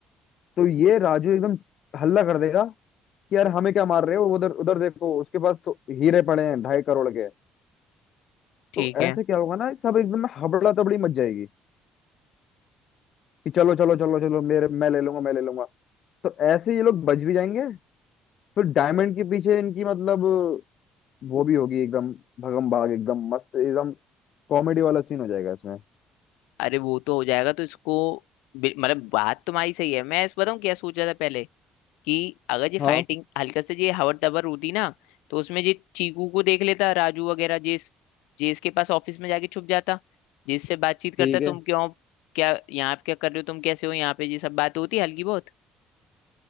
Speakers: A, on the left; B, on the left.
A: तो ये राजू एकदम हल्ला कर देगा कि यार हमें क्या मार रहे हो उधर उधर देखो उसके पास तो हीरे पड़े हैं ढाई करोड़ के
B: ठीक
A: तो
B: है
A: ऐसे क्या होगा ना सब एकदम हबड़ा तबड़ी मच जाएगी कि चलो चलो चलो चलो मेरे मैं ले लूंगा मैं ले लूंगा तो ऐसे ये लोग बच भी जाएंगे फिर डायमंड के पीछे इनकी मतलब वो भी होगी एकदम भगम भाग एकदम मस्त एकदम कॉमेडी वाला सीन हो जाएगा इसमें
B: अरे वो तो हो जाएगा तो इसको बि- मतलब बात तुम्हारी सही है मैं इस बताऊं क्या सोच रहा था पहले कि अगर ये फाइटिंग
A: हाँ
B: हल्का से ये हवर तबर होती ना तो उसमें ये चीकू को देख लेता राजू वगैरह जिस जिसके पास ऑफिस में जाके छुप जाता जिससे बातचीत करता
A: ठीक
B: तुम
A: है
B: क्यों क्या यहाँ पे क्या कर रहे हो तुम कैसे हो यहाँ पे ये सब बात होती हल्की बहुत